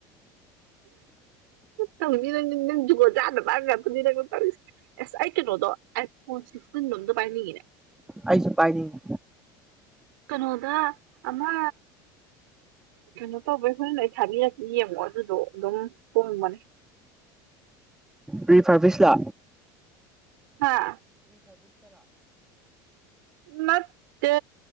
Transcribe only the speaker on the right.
ꯇꯧꯅꯤ ꯅꯪꯗꯤ ꯅꯪ ꯨꯖꯨꯒꯣꯠ ꯆꯥꯗꯕ ꯉꯥꯛꯇꯅꯤ ꯅꯪꯅ ꯇꯧꯔꯤꯁꯦ ꯑꯁ ꯑꯩ ꯀꯩꯅꯣꯗꯣ ꯑꯥꯏꯐꯣꯟ ꯁꯤꯛꯁꯇꯤꯟ ꯇꯤꯟꯗꯣ ꯑꯝ ꯄꯥꯏꯅꯤꯡꯉꯤꯅꯦ
ꯀꯩꯅꯣꯗ ꯑꯃ ꯀꯩꯅꯣ ꯇꯧꯕꯩ ꯍꯨꯔꯦꯟ ꯂꯥꯏꯞ ꯊꯥꯕꯤꯔꯛꯀꯦ ꯌꯦꯡꯉꯣ ꯑꯗꯨꯗꯣ ꯑꯗꯨꯝ ꯍꯣꯡꯕꯅꯦ
ꯍꯥꯥ ꯅꯠꯇꯦ